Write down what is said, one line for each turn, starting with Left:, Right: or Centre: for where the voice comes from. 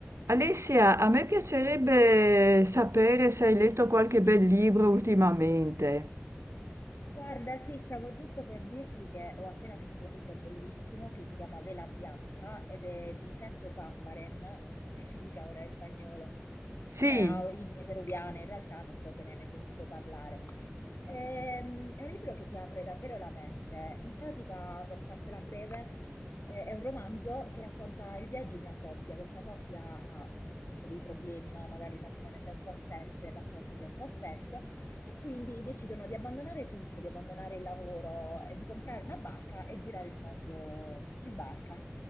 Right: Alessia, a me piacerebbe sapere se hai letto qualche bel libro ultimamente.
Left: Guarda, sì, stavo giusto per dirti che ho appena finito un libro bellissimo che si chiama Vela Bianca ed è di Sergio Bambaren, non so come <laughs> si dica ora in spagnolo,
Right: Sì,
Left: cioè ha origini peruviane, in realtà non so se ne hai mai sentito parlare. Ehm, È un libro che ti apre davvero la mente. In pratica, per fartela breve, eh, è un romanzo che racconta il viaggio di una coppia. Questa coppia ha appunto dei problemi, no? Magari il matrimonio si è un po' spento, il rapporto si è un po' spento. E quindi decidono di abbandonare tutto, di abbandonare il lavoro, eh, di comprare una barca e girare il mondo in barca.